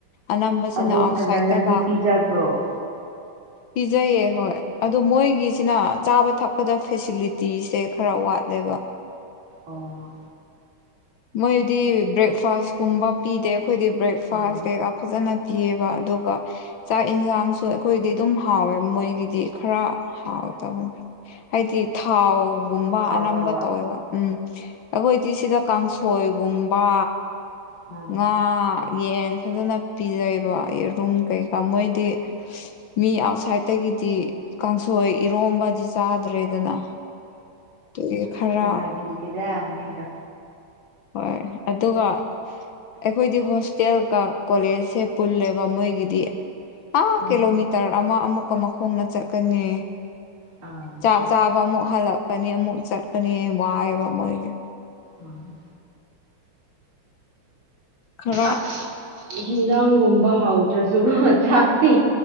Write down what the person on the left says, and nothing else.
ꯑꯅꯝꯝꯕꯕꯁꯤꯅ
ꯑꯥꯎꯠꯁꯥꯏꯠꯇ
ꯂꯥꯛꯄ
ꯄꯤꯖꯩꯌꯦꯦ ꯍꯣꯏ ꯑꯗꯨ ꯃꯣꯏꯒꯤꯁꯤꯅ ꯆꯥꯕ ꯊꯛꯄꯗ ꯐꯦꯁꯤꯂꯤꯇꯤꯁꯦ ꯈꯔ ꯋꯥꯠꯂꯦꯕ
ꯃꯣꯏꯗꯤ ꯕ꯭ꯔꯦꯛꯐꯥꯁ ꯀꯨꯝꯕ ꯄꯤꯗꯦ ꯑꯩꯈꯣꯏꯗꯤ ꯕ꯭ꯔꯦꯛꯐꯥꯁ
ꯀꯩꯀꯥ ꯐꯖꯅ ꯄꯤꯌꯦꯕ ꯑꯗꯨꯒ ꯆꯥꯛ ꯌꯦꯟꯁꯥꯡꯁꯨ ꯑꯩꯈꯣꯏꯗꯤ ꯑꯗꯨꯝ ꯍꯥꯎꯋꯦ ꯃꯣꯏꯒꯤꯗꯤ ꯈꯔ ꯍꯥꯎꯇꯕꯅꯤ ꯍꯥꯏꯗꯤ ꯊꯥꯎ ꯒꯨꯝꯕ
ꯑꯅꯝꯕ ꯇꯧꯋꯦꯕ ꯎꯝ ꯑ ꯍꯣꯏ ꯁꯤꯗ ꯀꯥꯡꯁꯣꯏꯒꯨꯝꯕ
ꯉꯥ ꯌꯦꯟ ꯐꯖꯅ ꯄꯤꯖꯩꯑꯕ ꯌꯦꯔꯨꯝ ꯀꯩꯀꯥ ꯃꯣꯏꯗꯤ ꯃꯤ ꯑꯥꯎꯠꯁꯥꯏꯗꯠꯇꯒꯤꯗꯤ ꯀꯥꯡꯁꯣꯏ ꯏꯔꯣꯝꯕꯗꯤ ꯆꯥꯗ꯭ꯔꯦꯗꯅ ꯑꯗꯨꯒꯤ ꯈꯔ
ꯍꯣꯏ ꯑꯗꯨꯒ ꯑꯩꯈꯣꯏꯗꯤ ꯍꯣꯁꯇꯦꯜꯒ ꯀꯣꯂꯦꯖꯁꯦ ꯄꯨꯜꯂꯦꯕ ꯃꯣꯏꯒꯤꯗꯤ ꯑꯥ
ꯀꯤꯂꯣꯃꯤꯇꯔ ꯑꯃ ꯑꯃꯨꯛ ꯨꯀ ꯃꯈꯣꯡꯅ ꯆꯠꯀꯅꯤ
ꯆꯥꯛ ꯆꯥꯕ ꯑꯃꯨꯛ ꯍꯜꯂꯛ ꯆꯀꯅꯤ ꯑꯃꯨꯛ ꯆꯠꯀꯅꯤ ꯋꯥꯏꯕ ꯃꯣꯏꯒꯤ
ꯈꯔ